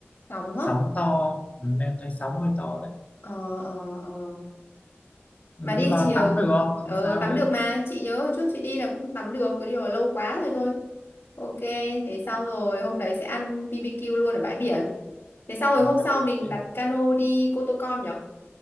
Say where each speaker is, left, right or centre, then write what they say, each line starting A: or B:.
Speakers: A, on the left; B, on the left.
A: Sóng
B: sóng
A: á.
B: to ừ, em thấy sóng hơi to đấy
A: Ờ ờ ờ.
B: Ừ,
A: Mà đi
B: nhưng mà
A: chiều
B: tắm
A: ờ
B: được không sao
A: ờ, tắm
B: đấy
A: được mà, chị nhớ hồi trước chị đi là cũng tắm được, cứ đi là lâu quá rồi thôi. Ok, thế xong rồi hôm đấy sẽ ăn BBQ luôn ở bãi biển. Thế xong rồi
B: Ừ,
A: hôm sau
B: em đi
A: mình
B: đi kia
A: đặt cano đi Cô Tô Con nhở?